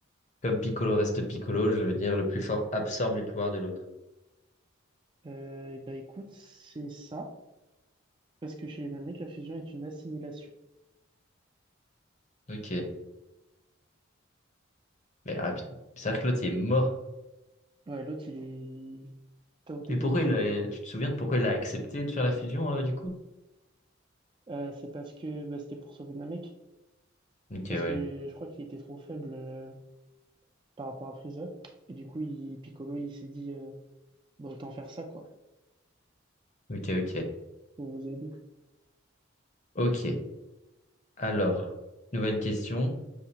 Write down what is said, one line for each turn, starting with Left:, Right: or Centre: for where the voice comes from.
Left: comme Piccolo reste Piccolo, je veux dire le plus fort absorbe les pouvoirs de l'autre.
Right: Euh, et ben écoute, c'est ça, parce que chez les mecs, la fusion est une assimilation.
Left: Ok. Mais ah, putain, cest à que l'autre il est mort.
Right: Ouais, l'autre, il est KO technique.
Left: Mais pourquoi il a... tu te souviens de pourquoi il a accepté de faire la fusion euh, du coup?
Right: Euh, c'est parce que bah, c'était pour sauver Namek,
Left: Ok,
Right: parce
Left: ouais.
Right: que je crois qu'il était trop faible euh, par rapport à Freezer. Et du coup, il, Piccolo, il s'est dit, euh, bah, autant faire ça, quoi,
Left: Ok, ok.
Right: pour vous aider.
Left: Ok. Alors, nouvelle question.